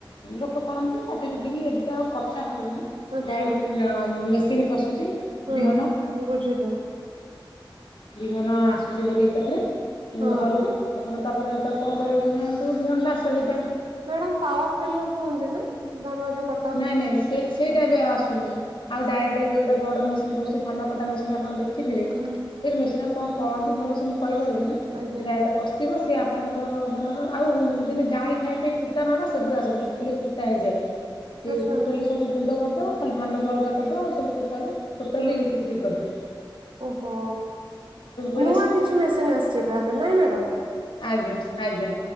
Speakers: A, on the left; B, on the right.
A: ଲୋକ କରନ୍ତି କାଟି କୁଟିକି ଏବେ ତ ଆଉ କଟା ହଉନି।
B: ଆଚ୍ଛା।
A: ଡାଇରେକ୍ଟ ମେସିନ୍ ପଶୁଛି
B: ହୁଁ
A: ବିହନ
B: ବୁଝିଲି
A: ବିହନ ଆସୁଛି ଭାରି ଏକାଥରେ
B: ହଁ
A: ଘରକୁ। ଆପଣ ତାପରେ ତାକୁ କଣ କରିବେ ନା ଯୋଉ ବିହନ ଟା ଆସିଲା ଯେଦି
B: ମ୍ୟାଡାାମ ପାୱାର ଟ୍ରେଲର କୁହନ୍ତି ନା ଧାନ ଯୋଉ କଟ
A: ନାଇଁ ନାଇଁ ସେ ସେଇଟା ଏବେ ଆଉ ଆସୁନି। ଆଉ ଡାଇରେକ୍ଟ ଏବେ ଗୋଟେ ବଡ଼ ମେସିନ୍ ପଉଛି ଧାନ କଟା ମେସିନ୍ ଆପଣ ଦେଖିଥିବେ ସେ
B: ହୁଁ
A: ମେସିନ୍ କଣ କଣ ଯେ ଭଲ ସେ ମୁଁ କହିପାରୁନି
B: ଆଜ୍ଞା
A: ଡାଇରେକ୍ଟ ଯିବ ସିଏ ଆପଣଙ୍କର ଧର ଆଉ ଯେମିତି ଗାଈ ଖାଇବା ପାଇଁ କୁଟା ନଡ଼ା ସେଗୁରା ଆସୁନି ଖାଲି କୁଟା ହେଇଯାଏ। ସେ
B: ଆଚ୍ଛା
A: ଟୋଟାଲି ସବୁ ଗୁଣ୍ଡ କରିଦବ ଖାଲି ଧାନକୁ ଅଲଗା କରିଦବ ଆଉ ସବୁ କୁଟାକୁ। ଟୋଟାଲି
B: ହୁଁ
A: ଟିକ ଟିକ କରିଦବ।
B: ଓହୋ
A: ପଳେଇ
B: ନୂଆ
A: ଆସିବ
B: କିଛି ମେସିନ ଆସିଛି ତାହଲେ ନାଇଁ ମ୍ୟାଡ଼ାମ।
A: ଆଜ୍ଞା ଆଜ୍ଞା